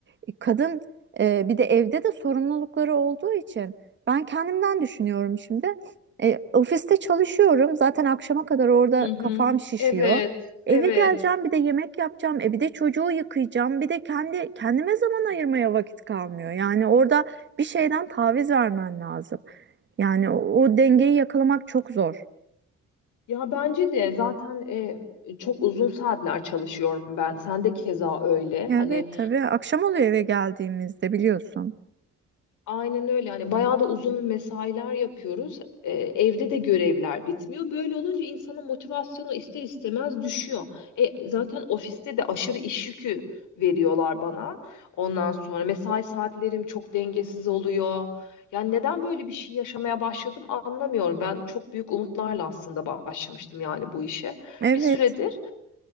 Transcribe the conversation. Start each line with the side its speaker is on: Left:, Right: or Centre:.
Right: E, Kadın e, bir de evde de sorumlulukları olduğu için ben kendimden düşünüyorum şimdi. E, ofiste çalışıyorum. Zaten akşama kadar orada
Left: Hı hı.
Right: kafam şişiyor.
Left: Evet,
Right: Eve
Left: evet.
Right: geleceğim, bir de yemek yapacağım, e bir de çocuğu yıkayacağım, bir de kendi kendime zaman ayırmaya vakit kalmıyor. Yani orada bir şeyden taviz vermen lazım. Yani o, o dengeyi yakalamak çok zor.
Left: Ya bence de zaten e, çok uzun saatler çalışıyorum ben. Sen de keza öyle.
Right: Evet
Left: Hani
Right: tabii. Akşam oluyor eve geldiğimizde biliyorsun.
Left: Aynen öyle. Hani bayağı da uzun mesailer yapıyoruz. Ee, evde de görevler bitmiyor. Böyle olunca insanın motivasyonu ister istemez düşüyor. E, zaten ofiste de aşırı iş yükü veriyorlar bana. Ondan sonra mesai saatlerim çok dengesiz oluyor. Yani neden böyle bir şey yaşamaya başladım anlamıyorum. Ben çok büyük umutlarla aslında başlamıştım yani bu işe.
Right: Evet.
Left: Bir süredir